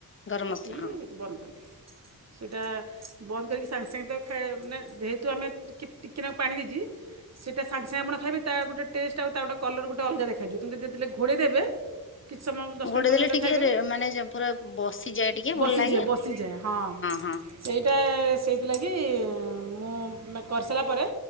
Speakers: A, on the left (about 35°); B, on the right (about 45°).
A: ଗରମ
B: ପକେଇକି
A: ମସଲା ହଁ
B: ବନ୍ଦ କଲି ସେଇଟା ବନ୍ଦ କରିକି ସାଙ୍ଗେ ସାଙ୍ଗେ ତ ଖାଇ ମାନେ ଯେହେତୁ ଆମେ ଟି ଟିକେ ନାଙ୍କୁ ପାଣି ଦେଇଚି। ସେଇଟା ସାଙ୍ଗ ସାଙ୍ଗେ ଆପଣ ଖାଇବେ ତା ଗୋଟେ ଟେଷ୍ଟ ଆଉ ତା ଗୋଟେ କଲର୍ ଗୋଟେ ଅଲଗା ଦେଖାଯିବ କିନ୍ତୁ ଯେତେବେଳେ ଘୋଡେଇ ଦେବେ କିଛି ସମୟ ଦଶ
A: ଗୋଡେଇ
B: ମିନିଟ୍ ପନ୍ଦର
A: ଦେଲେ
B: ମିନଟେ
A: ଟିକେ
B: ଖାଇବେ
A: ରେ ମାନେ ପୁରା ବସିଯାଏ ଟିକେ ଭଲ
B: ବସିଯାଏ
A: ଲାଗେ ଆଉ
B: ବସିଯାଏ ହଁ।
A: ହଁ
B: ଏଇଟା ସେଇଥିଲାଗି ମୁଁ କରିସାଇଲା ପରେ